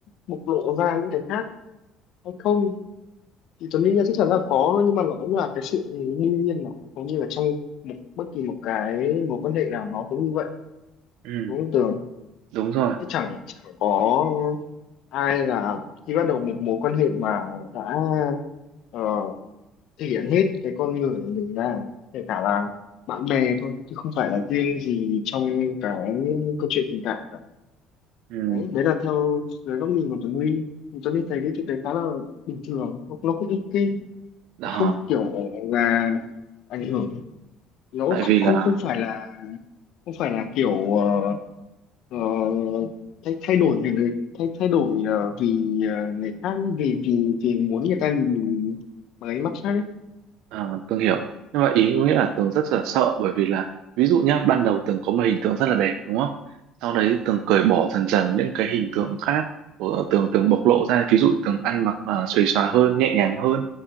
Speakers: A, on the left (about 55°); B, on the right (about 70°).
A: bộc lộ ra những cái khác hay không thì Tuấn đương nhiên chắc chắn là có nhưng mà nó cũng là cái sự đương nhiên mà hầu như là trong một bất kỳ một cái mối quan hệ nào nó cũng như vậy
B: ừ
A: đúng không Tường
B: đúng rồi
A: chứ chẳng chẳng có ai là khi bắt đầu một mối quan hệ mà đã ờ, thể hiện hết cái con người của mình ra kể cả là bạn bè thôi chứ không phải là riêng gì trong cái câu chuyện tình cảm cả
B: ừ
A: đấy đấy là theo dưới góc nhìn của Tuấn Huy thì Tuấn Huy thấy cái chuyện đấy khá là bình thường nó nó cũng ok
B: Đó,
A: nó không kiểu là ảnh hưởng nó
B: tại
A: không
B: vì là
A: không không phải là không phải là kiểu ờ, ờ, thay thay đổi vì người thay thay đổi ờ, vì ờ, người khác vì vì vì muốn người ta nhìn mình bằng ánh mắt khác ấy.
B: À, Tường hiểu nhưng mà ý nghĩa là Tường rất là sợ bởi vì là ví dụ nhá ban đầu Tường có một hình tượng rất là đẹp đúng không sau đấy thì Tường cởi bỏ dần dần những cái hình tượng khác của Tường Tường bộc lộ ra ví dụ Tường ăn mặc là xuề xòa hơn nhẹ nhàng hơn